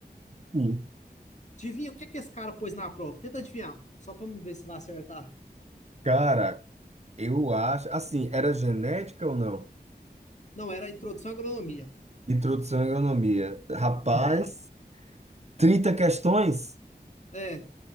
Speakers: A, on the right; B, on the left.
A: Sim.
B: Adivinha o que que esse cara pôs na prova? Tenta adivinhar, Mike, só pra me ver se vai acertar.
A: Cara, eu acho. Assim, era genética ou não?
B: Não, era a introdução à agronomia.
A: Introdução à agronomia. Rapaz.
B: Aham.
A: trinta questões?
B: É.